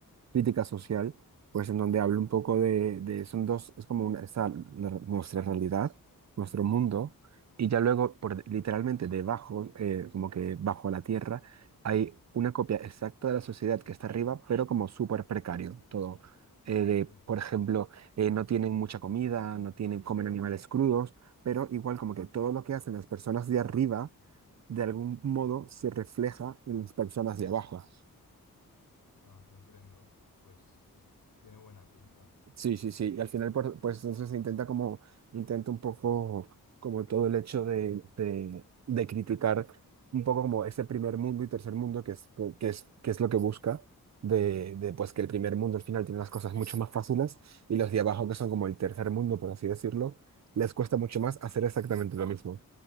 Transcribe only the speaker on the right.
crítica social, pues en donde habla un poco de, de- son dos, es como una, está la- nuestra realidad, nuestro mundo,
y ya luego, por, de- literalmente debajo, eh, como que bajo la tierra, hay una copia exacta de la sociedad que está arriba, pero como súper precario todo. Eh, de,
por ejemplo, eh, no tienen mucha comida, no tienen, comen animales crudos, pero igual como que todo lo que hacen las personas de arriba, de algún modo se refleja en las personas de abajo.
Sí, sí, sí. Y al final, por- pues entonces se intenta como, intenta un poco como todo el hecho de, de, de criticar un poco como ese primer mundo y tercer mundo que es, co- que es, que es lo que busca. De, de pues que el primer mundo al final tiene las cosas mucho más fáciles y los de abajo que son como el tercer mundo, por así decirlo, les cuesta mucho más hacer exactamente lo mismo.